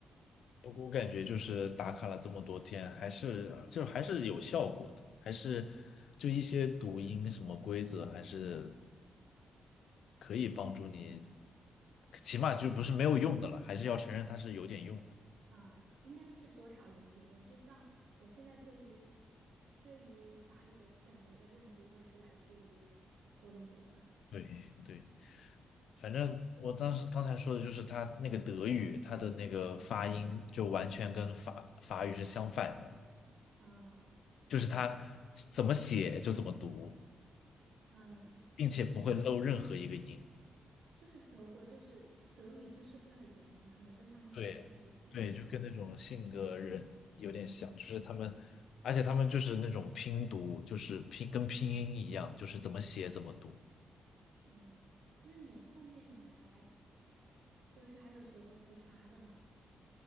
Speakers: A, on the left; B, on the right.
A: 不过我感觉就是打卡了这么多天，还是就还是有效果的，还是就一些读音什么规则，还是可以帮助你，起码就不是没有用的了，还是要承认它是有点用。
B: 呃，应该是多少有一点用。就像我现在对于对于法语的浅薄的认知，都是来自于多邻国的。
A: 对对，反正我当时刚才说的就是他那个德语，他的那个发音就完全跟法法语是相反的，
B: 啊，
A: 就是他怎么写就怎么读，
B: 嗯，
A: 并且不会漏任何一个音。
B: 就是德国，就是德语，就是会很严谨，可能跟他们的民族性格。
A: 对对，就跟那种性格人有点像，就是他们，而且他们就是那种拼读，就是拼跟拼音一样，就是怎么写怎么读，
B: 嗯，那你后面你还就是还有学过其他的吗？